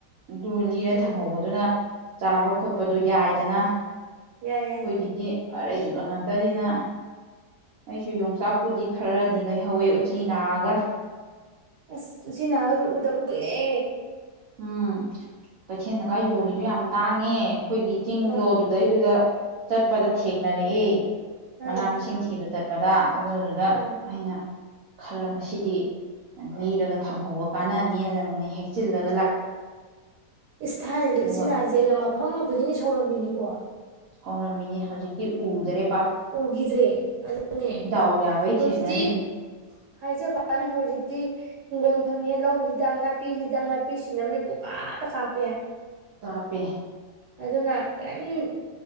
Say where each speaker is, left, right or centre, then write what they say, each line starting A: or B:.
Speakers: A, on the right; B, on the right.
A: ꯑꯗꯨ ꯂꯤꯔ
B: ꯎꯝ
A: ꯊꯝꯍꯧꯕꯗꯨꯅ ꯆꯥꯕ ꯈꯣꯠꯄꯗ ꯌꯥꯏꯗꯅ ꯑꯩꯈꯣꯏꯒꯤꯗꯤ
B: ꯌꯥꯏ ꯌꯥꯏ
A: ꯑꯔꯩ ꯉꯥꯛꯇꯅꯤꯅ ꯑꯩꯁꯨ ꯌꯣꯡꯆꯥꯛꯄꯨꯗꯤ ꯈꯔꯥꯗꯤ ꯂꯩꯍꯧꯋꯦ ꯎꯆꯤ ꯅꯥꯒ
B: ꯑꯁ ꯎ ꯅꯥꯒꯗ ꯎꯗꯕ ꯀꯨꯏꯔꯦ
A: ꯎꯝ ꯀꯩꯊꯦꯜꯗꯒ ꯌꯣꯜꯂꯤꯗꯨꯣ ꯌꯥꯝ ꯇꯥꯡꯉꯦ ꯑꯩꯈꯣꯏꯒꯤ ꯆꯤꯡꯗꯣ
B: ꯏꯃꯥ
A: ꯑꯗꯨꯗꯩꯗꯨꯗ ꯆꯠꯄꯗ ꯊꯦꯡꯅꯔꯦ ꯑꯦ ꯃꯅꯥ
B: ꯑꯥ
A: ꯃꯁꯤꯡ ꯊꯤꯕ ꯆꯠꯄꯗ ꯑꯗꯨꯗꯨꯗ
B: ꯑꯥ
A: ꯑꯩꯅ ꯈꯔ ꯃꯁꯤꯗꯤ ꯂꯤꯔꯒ ꯊꯝꯍꯧꯕ ꯀꯥꯟꯅꯅꯦꯅꯅꯅꯤ ꯍꯦꯛ ꯆꯜꯂꯛ
B: ꯏꯁ ꯊꯥꯏꯅꯗꯤ
A: ꯑꯗꯨꯒ
B: ꯎꯆꯤꯟꯅꯥꯁꯦ ꯃꯐꯝ ꯈꯨꯗꯤꯡꯒꯤ ꯁꯧꯔꯝꯃꯤꯅꯤꯀꯣ
A: ꯁꯥꯎꯔꯝꯃꯤꯅꯤ ꯍꯧꯖꯤꯛꯇꯤ ꯎꯗ꯭ꯔꯦ
B: ꯎꯈꯤꯗ꯭ꯔꯦ ꯑꯗꯨꯅꯦ
A: ꯗꯥꯎ ꯌꯥꯕꯩ
B: ꯍꯧꯖꯤꯛꯇꯤ
A: ꯊꯦꯡꯅꯔꯤꯕꯅꯤ
B: ꯍꯥꯏꯖꯕꯅꯦ ꯍꯧꯖꯤꯛꯇꯤ ꯍꯤꯡꯒꯣꯜ ꯐꯪꯉꯦ ꯂꯧ ꯍꯤꯗꯥꯛ ꯅꯥꯄꯤ ꯍꯤꯗꯥꯛ ꯅꯥꯄꯤ ꯁꯤꯅꯕꯅꯦ ꯄꯨꯣꯛꯀꯥꯇ ꯀꯥꯞꯄꯦ
A: ꯀꯥꯄꯦ
B: ꯑꯗꯨꯅ ꯀꯔꯤꯝ